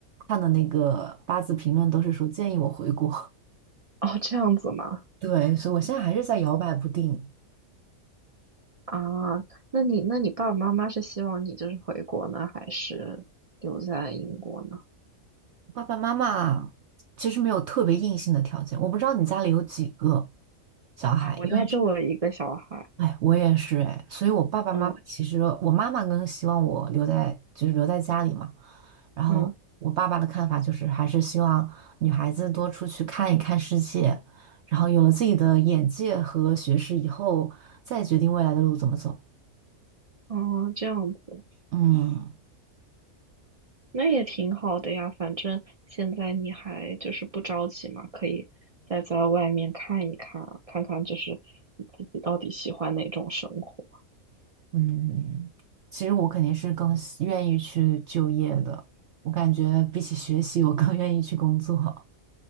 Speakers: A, on the right (about 65°); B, on the right (about 45°).
A: 看的那个八字评论都是说建议我回国，
B: 哦，这样子吗？
A: <laughs> 对，所以我现在还是在摇摆不定。
B: 啊，那你那你爸爸妈妈是希望你就是回国呢，还是留在英国呢？
A: 爸爸妈妈其实没有特别硬性的条件，我不知道你家里有几个小孩，
B: 啊，我家就我一个小孩，
A: 因为是，哎，我也是哎，所以我爸爸妈妈其实我妈妈更希望我留在就是留在家里嘛，
B: 嗯，
A: 然后我爸爸的看法就是还是希望女孩子多出去看一看世界，
B: 嗯，
A: 然后有了自己的眼界和学识以后，再决定未来的路怎么走。
B: 哦，这样子，
A: 嗯。
B: 那也挺好的呀。反正现在你还就是不着急嘛，可以再在外面看一看啊，看看就是你自己到底喜欢哪种生活。
A: 嗯，其实我肯定是更喜愿意去就业的，我感觉比起学习，我更愿意去工作。